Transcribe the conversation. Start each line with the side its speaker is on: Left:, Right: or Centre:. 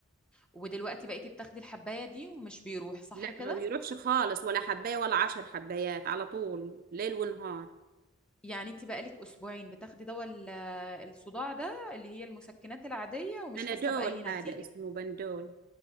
Centre: ودلوقتي بقيتي بتاخدي الحباية دي ومش بيروح صح
Right: لا
Centre: كده
Right: ما بيروحش خالص ولا حباية ولا عشر حبايات على طول ليل ونهار
Centre: يعني أنت بقالك أسبوعين بتاخدي دواء ال- الصداع ده اللي هي المسكنات العادية ومش
Right: بنادول
Centre: حاسة بأي نتيجة
Right: هذا اسمه بندول